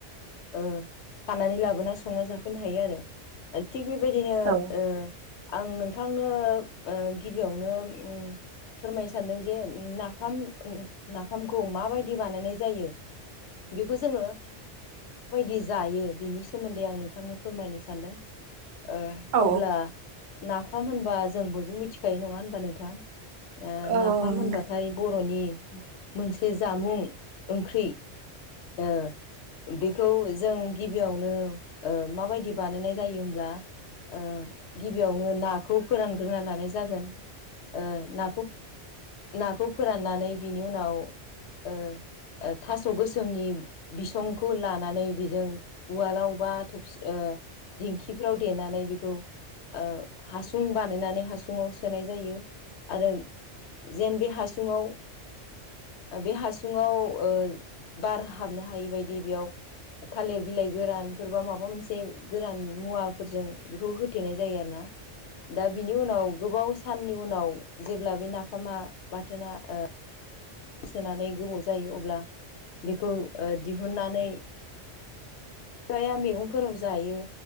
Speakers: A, on the left; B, on the right.
A: ओ खानानै लाबोना संना जाफैनो हायो आरो ओ थिग बेबायदिनो
B: औ
A: ओ आं नोंथांनो ओ गिबियावनो ओम फोरमायनो सान्दों जे उम नाफाम उम नाफामखौ माबायदि बानायनाय जायो? बेखौ जोङो माबायदि जायो बिनि सोमोन्दै आं नोंथांनो फोरमायनो सानदों। ओ
B: औ
A: अब्ला नाफाम होनबा जों बयबो मिथिखायो नङा होनबा नोंथां? ओ
B: औ
A: नाफाम
B: नंगौ
A: होनबाथाय बर'नि मोनसे जामुं ओंख्रि ओ बेखौ जों गिबियावनो ओ माबायदि बानायनाय जायो होमब्ला ओ गिबियावनो नाखौ फोरानग्रोना लानाय जागोन। ओ नाखौ नाखौ फोराननानै बिनि उनाव ओ ओ थास' गोसोमनि बिसंखौ लानानै बेजों उवालाव बा ओ दिंखिफ्राव देनानै बेखौ ओ हासुं बानायनानै हासुुङाव सोनाय जायो आरो जेन बे हासुङाव बे हासुङाव ओ बार हाबनो हायि बदि बेयाव थालिर बिलाइ गोरानफोरबा माबा मोन से गोरान मुवाफोरजों बेखौ होथेनाय जायो आरोना। दा बिनि उनाव गोबाव साननि उनाव जेब्ला बे नाफामा बाथोना ओ सोनानै गोबाव जायो अब्ला बेखौ दिहुननानै बिफाया मैगंफोराव जायो